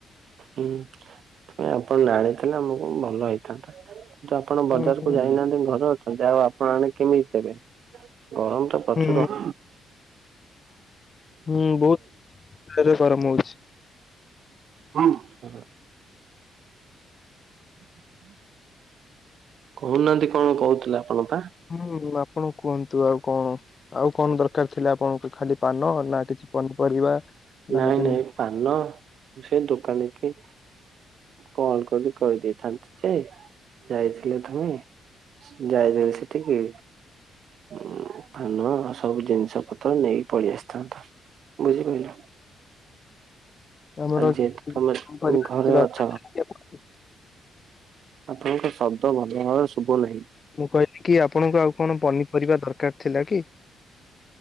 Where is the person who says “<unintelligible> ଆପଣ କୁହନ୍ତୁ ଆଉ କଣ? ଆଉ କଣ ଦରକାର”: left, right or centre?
Left